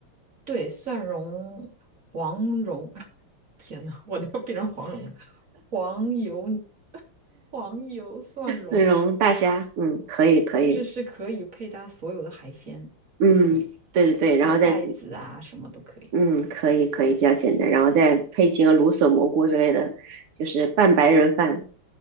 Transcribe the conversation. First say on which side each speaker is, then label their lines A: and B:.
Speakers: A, on the right; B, on the right.
A: 对，蒜蓉、黄蓉，<laughs> 天呐，我都要变成黄蓉了，黄油、黄油蒜蓉，
B: 那种大虾，嗯，可以可以，
A: 就是是可以配搭所有的海鲜都可以，
B: 嗯，对对对，
A: 像带子啊什么都可以。
B: 然后再嗯，可以可以，比较简单，然后再配几个芦笋蘑菇之类的，就是拌白人饭，